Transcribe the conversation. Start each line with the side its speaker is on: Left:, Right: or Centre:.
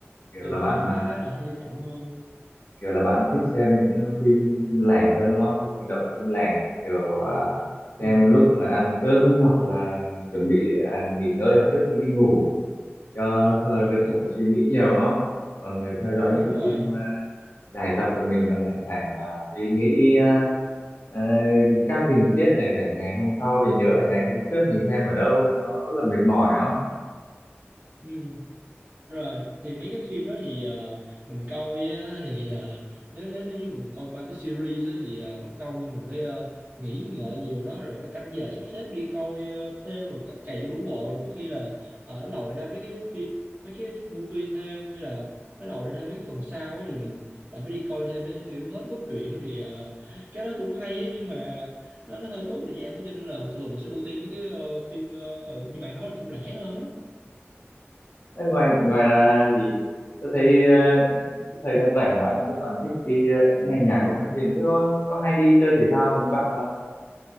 Left: kiểu
Right: thì
Left: là
Right: thì
Left: bạn
Right: ờ, nó
Left: à,
Right: nó lại hơi chậm hơn
Left: kiểu là bạn thích xem những ờ, phim phim lẻ hơn đúng không phim hành động phim lẻ kiểu à,
Right: ừ
Left: xem lúc mà ăn cơm hoặc là chuẩn bị à, nghỉ ngơi hoặc trước khi đi ngủ cho hơn đừng
Right: ừ,
Left: không phải suy nghĩ nhiều đúng không còn ờ, theo dõi
Right: ừ
Left: những
Right: đúng
Left: cái
Right: rồi
Left: phim ờ, dài tập thì mình còn lại phải à, suy nghĩ à, ờ, các tình tiết này phải ngày hôm sau thì nhớ phải ngày hôm trước mình xem ở đâu nó rất là mệt mỏi đó
Right: ừ rồi thì mấy cái phim đó thì ờ, mình coi á, thì ờ, nếu nếu nếu như mình coi ba cái series đó, thì ờ, mất công mình phải ờ, nghĩ ngợi nhiều nó rồi phải canh giờ sắp xếp đi coi ờ, thêm rồi c- cày cho đủ bộ rồi có khi là ờ, nó lòi ra mấy cái phim mấy cái movie thêm hay là nó lòi ra thêm mấy cái phần sau á, thì mình lại phải đi coi thêm để hiểu hết cốt truyện nữa thì ờ, cái đó cũng hay ấy, nhưng mà nó nó hơi tốn thời gian quá cho nên là thường mình sẽ ưu tiên mấy cái ờ, phim ờ, ờ, như bạn nói là phim lẻ hơn á
Left: Thế ngoài ngoài ra thì tôi thấy ờ, cái thời gian rảnh bạn cứ toàn thích đi ờ, cũng nghe nhạc với xem phim thế có có hay đi chơi thể thao cùng các bạn không